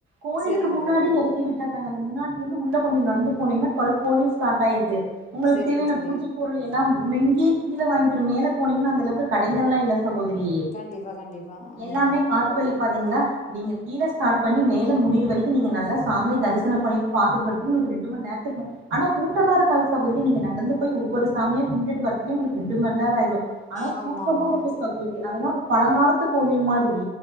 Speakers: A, on the right (about 90°); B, on the left (about 35°).
A: கோயிலுக்கு
B: சரிங்க
A: முன்னாடி
B: தோழி
A: எறக்கி விட்டுர்றாங்க அந்த முன்னாடி இருந்து உள்ளே கொஞ்சோ நடந்து போனீங்ன்னா கறிகோழி ஸ்டாட் ஆயிருது உங்களுக்கு
B: சரிங்க
A: தேவையான
B: தோழி
A: பூஜை பொருள் எல்லா இங்கேயே கீழே வாங்கிக்கிறு மேல போனிங்ன்னா அந்த அளவுக்கு கடைங்கள இல்ல சகோதரி
B: கண்டிப்பா கண்டிப்பா ம்
A: எல்லாமே காட்டு வழி பாதைங்களா நீங்க இனஸ் ஸ்டட்பண்ணி மேல முடியர வரைக்கு நீங்க நல்ல சாமியே தரிசன பண்ணிட்டு பாத்துட்டு வரதுக்கு உங்களுக்கு ரெண்டு மண் நேரத்துக்கு மட்டு ஆனா கூட்டல இருக்காது பத்தாகுறைக்கு நீங்க நடந்து போய் ஒவ்வொரு சாமியா இந்துட்டு வரதுக்கே ரெண்டு மண் நேர ஆயிரு ஆனா
B: ஆமா
A: சூப்பரா
B: ஆமா
A: இருக்கு சகோதரி அதெல்லா பழங்காலத்து கோவில் மாதிரி